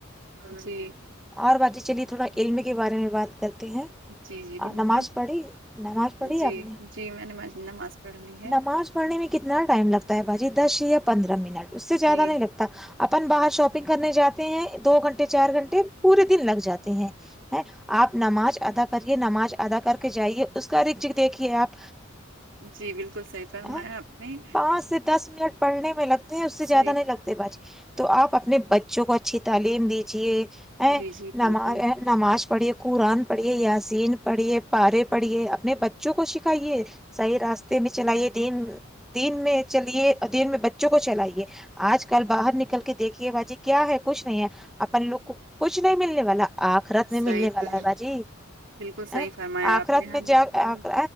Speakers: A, on the right; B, in the centre.
A: جی
B: اور باجی چلیے تھوڑا علم کے بارے میں بات کرتے ہیں
A: جی جی بالکل
B: اور نماز پڑھی نماز پڑھی
A: جی
B: آپ نے
A: جی میں نے نماز پڑھ لی ہے
B: نماز پڑھنے میں کتنا ٹائم لگتا ہے باجی دس یا پندرہ منٹ اس سے زیادہ
A: جی
B: نہیں لگ اپن باہر شاپنگ کرنے جاتے ہیں دو گھنٹے چار گھنٹے پورے دن لگ جاتے ہیں ہے آپ نماز ادا کریے نماز ادا کر کے جائیے اس کا رچ دیکھیے آپ
A: جی بلکل صحیح فرمایا
B: ا
A: آپ نے
B: پانچ سے دس منٹ پڑھنے میں لگتے ہیں اس سے زیادہ
A: صحیح
B: نہیں لگ تو آپ اپنے بچوں کو اچھی تعلیم دیجیے ا
A: جی جی بالکل
B: نماز آ نماز پڑھیے قرآن پڑھیے یاسین پڑھیے پارے پڑھیے اپنے بچوں کو سکھائیے صحیح راستے بھی چلائیے دین دین میں چلیے اور دین میں بچوں کو چلائیے آج کل باہر نکل کے دیکھیے باجی کیا ہے کچھ نہیں ہے اپن لوگ کو کچھ نہیں ملنے والا آپ آخرت میں ملنے
A: صحیح
B: والا
A: فرم
B: ہے باجی
A: بالکل صحیح
B: ا
A: فرمایا
B: آخرات
A: آپ نے
B: میں
A: ہم
B: جا
A: لوگ کو
B: آخ